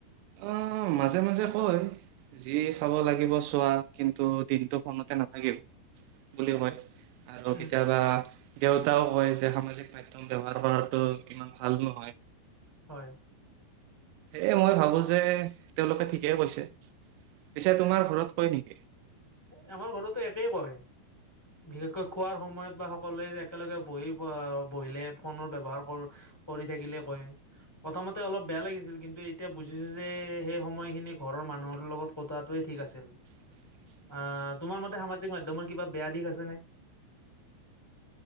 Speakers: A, on the right; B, in the centre.
A: অহ। অ মাজে মাজে কয় যি চাব লাগিব চোৱা কিন্তু দিনতটো ফোনতে নাথাকিবি। বুলি কয় আৰু
B: উম,
A: কেতিয়াবা। দেউতাও কয় যে সামাজিক মাধ্যম ব্যৱহাৰ কৰাটো ইমান ভাল নহয়।
B: হয়।
A: এ মই ভাবোঁ যে তেওঁলোকে ঠিকে কৈছে। পিছে তোমাৰ ঘৰত হয় নেকি?
B: হে আমাৰ ঘৰতো একেই কয়। বিশেষকৈ খোৱাৰ সম সময়ত বা সকলোৱে একেলগে বহি- অ'- বহিলে ফোনৰ ব্যৱহাৰ কৰ- কৰি থাকিলে কয়। প্ৰথমতে অলপ বেয়া লাগিছিল। কিন্তু এতিয়া বুজিছোঁ যে সেই সময়খিনি ঘৰৰ মানুহৰ লগত কটোৱাটোৱে ঠিক আছিল।
A: <inaudible>
B: অ'- তোমাৰ মতে সামাজিক মাধ্যমৰ কিবা বেয়া দিশ আছেনে?